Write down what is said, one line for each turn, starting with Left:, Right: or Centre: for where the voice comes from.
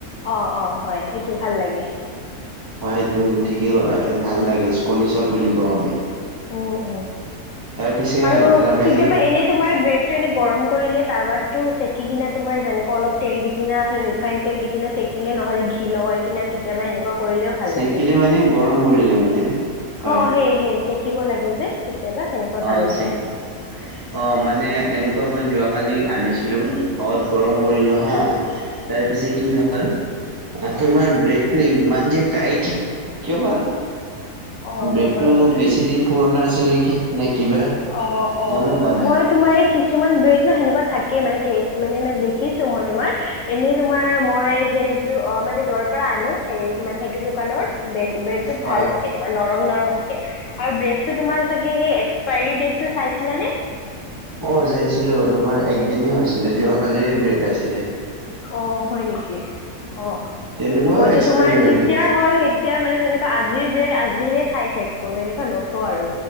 Left: অ অ হয় সেই টো ভাল লাগে।
Right: হয় তুমি ঠিকেই ক'লা ভাল লাগে কণী চপ বুলি কওঁ আমি।
Left: উম উম
Right: তাৰ পিছে
Left: আৰু
Right: তাৰ বাহিৰে
Left: কেতিয়াবা এনে তোমাৰ ব্ৰেড এনে গৰম কৰিলে তাৱাত টো চেকি কিনা তোমাৰ যেনেক অলপ তেল দি কিনা ৰিফাইন তেল দি কিনা চেকিলে নহ'লে ঘি লগাই কিনা কেতিয়াবা সেনেকুৱা কৰিলেও ভাল
Right: চেকিলে
Left: লাগে।
Right: মানে গৰম কৰিলে মানে হয়
Left: অ সেই সে শিকিব লাগে যে কেতিয়াবা সেনেকুৱা
Right: অ
Left: ভাল লাগে।
Right: চেকি অ মানে এনেকুৱা মই যোৱাকালি আনিছিলোঁ ঘৰত গৰম কৰিলো হা তাৰপিছে কি হ'ল আৰু তোমাৰ ব্ৰেডটো ইমান যে টাইত কিয় বা?
Left: অঁ
Right: ব্ৰেডটো
Left: হয় নেকি
Right: বেছিদিন পুৰণা আছিল নেকি নে কিবা?
Left: অ অ
Right: গমেই পোৱা
Left: হয়
Right: নাই
Left: তোমাৰ এই কিছুমান ব্ৰেড ন সেনেকুৱা থাকেই, মানে মানে দেখি, দেখিছোঁ মই তোমাৰ, এনেই তোমাৰ মই সেইযোৰ অ মানে যৰ পৰা আনো সেই সেইটো দোকানৰ ব্ৰেডটোত
Right: হয়
Left: ভাল থাকে তোমাৰ নৰম নৰম থাকে, আৰু ব্ৰেডটো তোমাৰ চাগে সেই এক্সপাইৰি ডেটটো চাইছিলানে?
Right: অ চাইছিলো তোমাৰ একদিনে হৈছিলে যোৱাকালিৰে ব্ৰেড আছিলে।
Left: অ হয় নেকি? অ
Right: তেনেকুৱাও
Left: মইতো
Right: এক্সপায়াৰী
Left: তোমাৰ
Right: হয়
Left: যেতিয়া
Right: নি
Left: হয় সেই তেতিয়াৰ মানে যেনেকুৱা আজিৰ ব্ৰেড আজিহে খাই শেষ কৰো এনেকুৱা নথোও আৰু